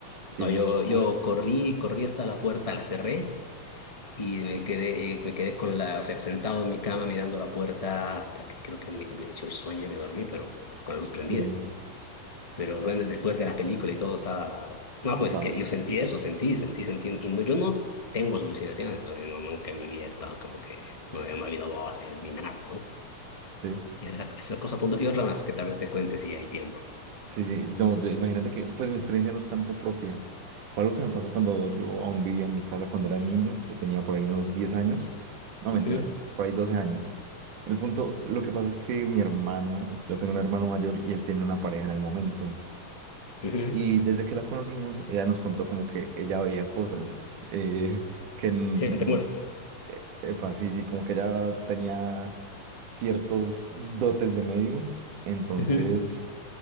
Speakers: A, on the right; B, on the left.
A: Sí,
B: No,
A: sí.
B: yo,
A: Uf,
B: yo corrí, corrí hasta la puerta, la cerré. Y me quedé, eh, me quedé con la, o sea, sentado en mi cama mirando la puerta hasta que creo que me venció el sueño y me dormí, pero con la luz
A: sí,
B: prendida.
A: sí.
B: Pero bueno, después de la película y todo estaba... No,
A: Está...
B: pues que yo sentí eso, sentí, sentí, sentí. Y no, yo no tengo alucinaciones, o sea, no, nunca en mi vida he estado como que no, he- no ha habido voces ni nada, ¿no?
A: Sí.
B: Es esa, esa cosa punto. Y otra más que tal vez te cuente si hay tiempo.
A: Sí, sí, no, yo- imagínate que, pues mi experiencia no es tanto propia. Fue algo que me pasó cuando yo aún vivía en mi casa cuando era niño. Yo tenía por ahí unos 10 años. No, mentira,
B: Ujú,
A: yo por ahí 12 años. El punto, lo que pasa es que mi hermano, yo tengo un hermano mayor y él tenía una pareja en el momento.
B: ujú.
A: Y desde que la conocimos, ella nos contó como que ella veía cosas, eh, <laughs> que, n-
B: <laughs> Gente muerta.
A: epa, sí, sí, como que ella tenía ciertos dotes de medium. Ok. Entonces
B: Ujú,